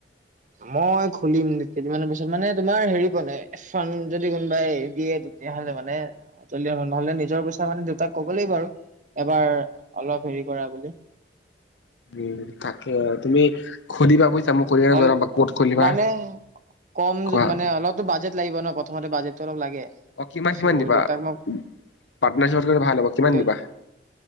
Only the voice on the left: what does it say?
উম তাকে, তুমি সুধিবা বুজিছা মোক সুধি কেনে
জনাব ক'ত খুলিবা।
কোৱা
অ', কিমান
কিমান দিবা,
পাৰ্টনাৰশ্বিপ কৰিলে ভাল হ'ব কিমান
দিবা?